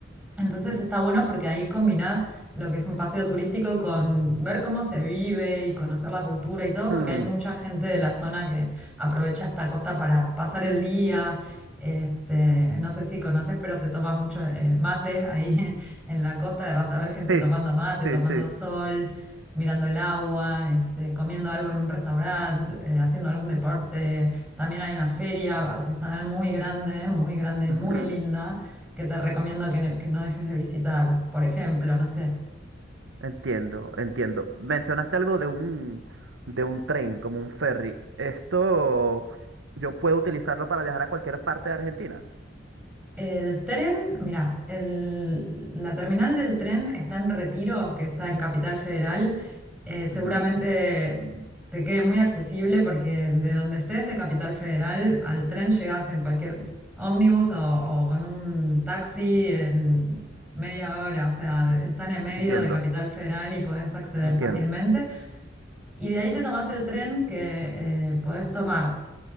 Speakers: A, in the centre; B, on the right.
A: Entonces
B: Ent-
A: está bueno porque ahí combinás lo que es un paseo turístico con ver cómo se vive y conocer la cultura y todo,
B: ujú,
A: porque hay mucha gente de la zona que aprovecha esta costa para pasar el día. Este, no sé si conoces, pero se toma mucho eh, mate ahí <laughs> en la costa. Vas a ver gente
B: Sí,
A: tomando mate,
B: sí,
A: tomando
B: sí.
A: sol, mirando el agua, este, comiendo algo en un restaurante, eh, haciendo algún deporte. También hay una feria artesanal muy grande, muy grande y
B: ujú,
A: muy linda que te recomiendo que, ne- que no dejes de visitar. Por ejemplo, no sé,
B: Entiendo, entiendo. Mencionaste algo de un, de un tren, como un ferry. Esto yo puedo utilizarlo para viajar a cualquier parte de Argentina.
A: el tren, mira, el- la terminal del tren está en Retiro, que está en Capital Federal. Eh, seguramente
B: Ujú,
A: te quede muy accesible porque de donde estés de Capital Federal al tren llegas en cualquier ómnibus o, o con un taxi en media hora. O sea, está en el medio
B: Entiendo,
A: de Capital Federal y podés acceder
B: entiendo.
A: fácilmente. Y de ahí te tomás el tren que eh, podés tomar.